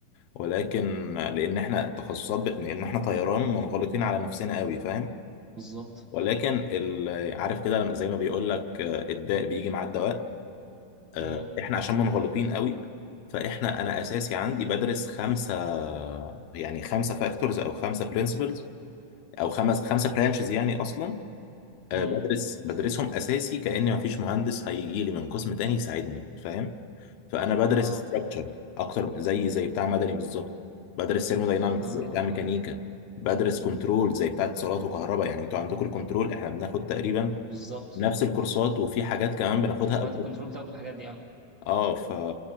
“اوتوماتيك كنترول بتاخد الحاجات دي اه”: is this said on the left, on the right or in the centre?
Right